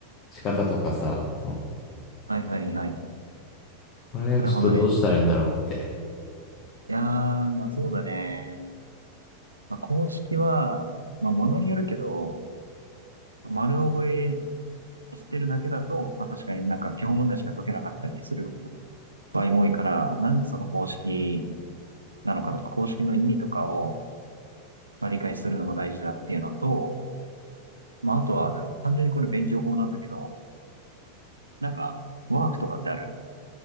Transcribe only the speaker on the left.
仕方とかさ、その、
これちょっとどうしたらいいんだろうって。